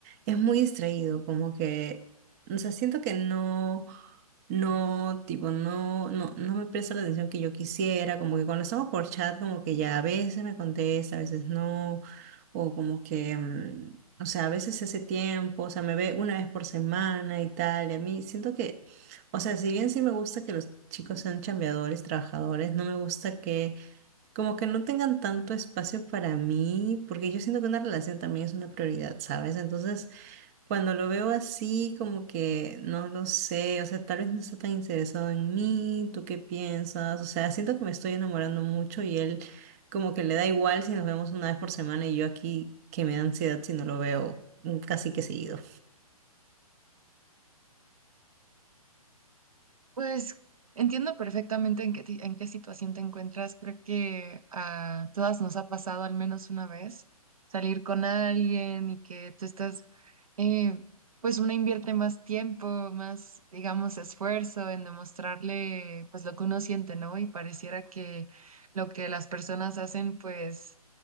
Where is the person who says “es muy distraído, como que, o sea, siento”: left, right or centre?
Right